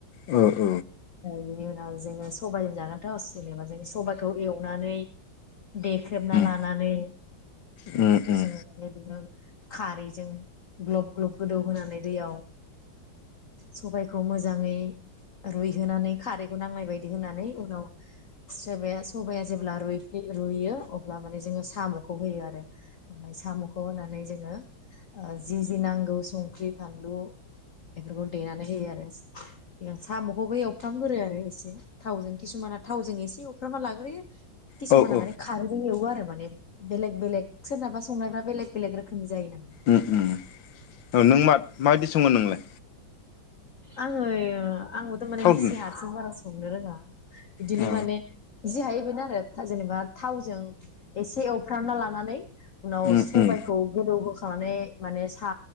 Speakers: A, on the left (about 75°); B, on the left (about 45°).
A: औ औ
B: ओमफ्राय बिनि उनाव जोङो सबाइजों जागोनथ जेनेबा जों सबाइखौ एवनानै देख्रेबना
A: उम
B: लानानै
A: उम उम
B: <unintelligible> खारैजों ग्लब ग्लब गोदौ होनानै दैयाव सबाइखौ मोजां जाङै रुइहोनानै खारैखौ नांनाय बायदि होनानै उनाव सोबाया सबाया जेब्ला रुइ रुइयो अब्ला माने जोङो सामखौ होयो आरो ओमफ्राय सामखौ होनानै जोङो ओ जि जि नांगौ संख्रि फानलु बेफोरखौ देनानै होयो आरो सामखौबो एवफ्रामगोरो आरो एसे थावजों किसुमाना थावजों एसे एवफ्रामना लाग्रोयो किसुमाना
A: औ औ
B: माने खारैजों एवो आ माने बेलेक बेलेक सोरनाबा संनायफ्रा बेलेक बेलेक रोखोमनि जायो नालाय
A: ओम ओम ओ नों माब माबायदि सङो नोंलाय
B: आंङो आंबोथ माने
A: थावदोनो
B: निजि हारसिं बारा सङा संनो रोङा बिदिनो
A: अ
B: माने जि हायो बेनो आरो जेनेबा थावजों एसे एवफ्रामना लानानै उनाव
A: उम
B: सबायखौ
A: उम
B: गोदौ हो खानानै माने सा